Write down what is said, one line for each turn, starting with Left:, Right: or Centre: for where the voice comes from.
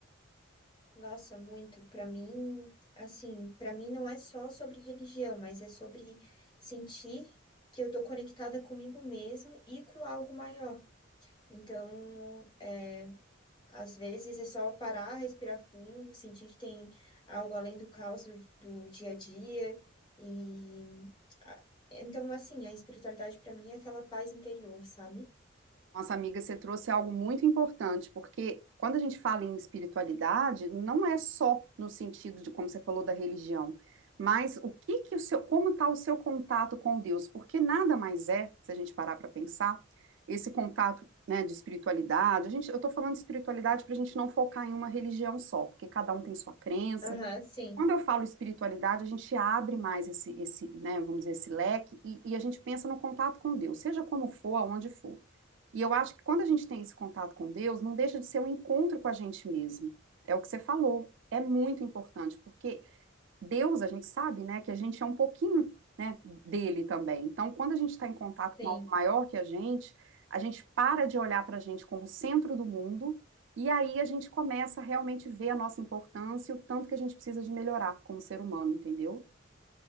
Left: Nossa, muito. Pra mim, assim, pra mim não é só sobre religião, mas é sobre sentir que eu tô conectada comigo mesmo e com algo maior. Então, é, às vezes é só parar, respirar fundo, sentir que tem algo além do caos do, do dia a dia e a- então, assim, a espiritualidade pra mim é aquela paz interior, sabe?
Right: Nossa amiga, você trouxe algo muito importante, porque quando a gente fala em espiritualidade, não é só no sentido de como você falou da religião, mas o que que o seu, como está o seu contato com Deus? Porque nada mais é, se a gente parar para pensar, esse contato, né, de espiritualidade. A gente, eu estou falando de espiritualidade para a gente não focar em uma religião só, porque cada um tem sua crença,
Left: Aham, sim,
Right: quando eu falo espiritualidade, a gente abre mais esse, esse, né, vamos dizer, esse leque e, e a gente pensa no contato com Deus, seja como for, aonde for. E eu acho que quando a gente tem esse contato com Deus, não deixa de ser um encontro com a gente mesmo. É o que você falou, é muito importante, porque Deus, a gente sabe, né, que a gente é um pouquinho, né, dele também. Então, quando a gente está em contato
Left: sim,
Right: com algo maior que a gente, a gente para de olhar para a gente como o centro do mundo e aí a gente começa a realmente ver a nossa importância e o tanto que a gente precisa de melhorar como ser humano, entendeu?